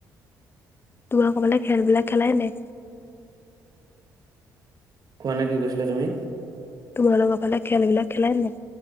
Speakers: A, on the left; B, on the right.
A: তোমাক ফালে খেলবিলাক খেলে নাই?
B: <unintelligible> না কি কৈছিলা তুমি?
A: তোমাৰোকৰ ফালে খেলবিলাক খেলে নাই?